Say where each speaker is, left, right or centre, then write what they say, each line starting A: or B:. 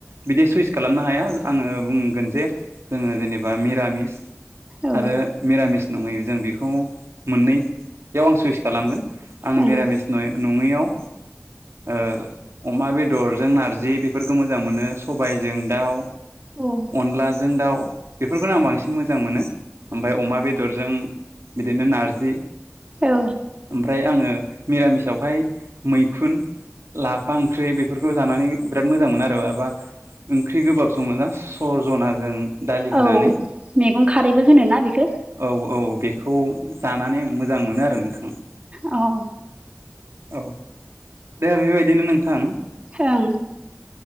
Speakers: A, on the right; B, on the right.
A: बिदि स इस खालामनो हाया आङो बुंगोन जे जोङो जेनेबा मिरामिस
B: औ
A: आरो मिरामिस नङै जों बेखौ मोननैयाव आं सुइस खालामगोन आङो
B: ओं
A: मिरामिस न नङैआव ओ अमा बेदरजों नारजि बेफोरखौ मोजां मोनो सबायाइजों दाउ
B: औ ओं
A: अनलाजों दाउ बेफोरखौनो आं बांसिन मोजां मोनो ओमफ्राय अमा बेदरजों बिदिनो नारजि
B: औ
A: ओमफ्राय आङो मिरामिसावहाय मैखुन लाफा ओंख्रि बेफोरखौ जानानै बिराद मोजां मोनो आरो माबा ओंख्रि गोबाब सङो ना स'जनाजों दालि
B: औ
A: होनानै
B: मैगं खारैबो होनोना बेखौ।
A: औ बेखौ औ जानानै आं मोजां मोनो आरो नोंथां।
B: औ
A: औ दे बे बायदिनो नोंथां
B: ओं